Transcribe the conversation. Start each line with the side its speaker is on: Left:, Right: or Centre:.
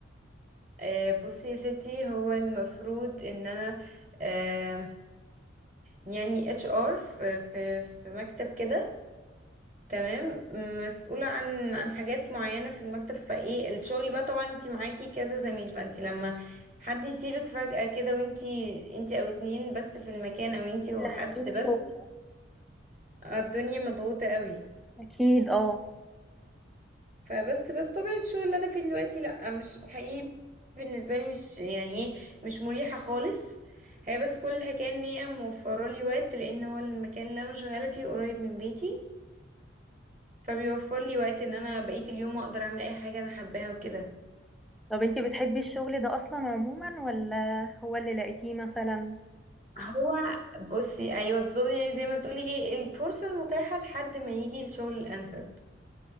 Right: آه، بصي يا ستي هو المفروض ان انا آه، يعني اتش ار في في في مكتب كده تمام مسؤولة عن عن حاجات معينة في المكتب فايه الشغل بقى طبعا انت معاكي كذا زميل فانت لما حد يسيبك فجأة كده وانتي انتي او اتنين بس في المكان او انتي وحد
Centre: لا شغل
Right: بس
Centre: شغل
Right: آه، الدنيا مضغوطة قوي
Centre: اكيد اه
Right: فبس بس طبيعة الشغل اللي انا فيه دلوقتي لا مش حقيقي بالنسبة لي مش يعني ايه مش مريحة خالص هي بس كل الحكاية ان هي موفرة لي وقت لان هو المكان اللي انا شغالة فيه قريب من بيتي فبيوفر لي وقت ان انا بقية اليوم اقدر اعمل اي حاجة انا حباها وكده
Centre: طب انتي بتحبي الشغل ده اصلا عموما ولا هو اللي لقيتيه مثلا؟
Right: هو بصي ايوه بالظبط يعني زي ما تقولي ايه الفرصة المتاحة لحد ما يجي الشغل الانسب